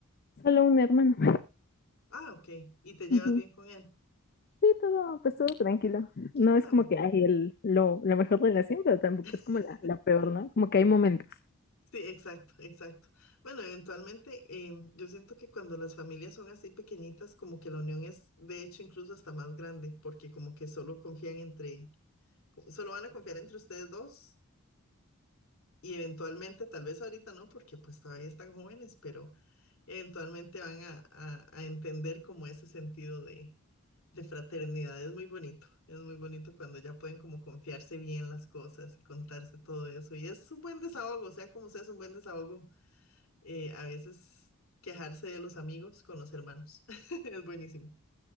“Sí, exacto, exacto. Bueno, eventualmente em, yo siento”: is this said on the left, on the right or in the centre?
Left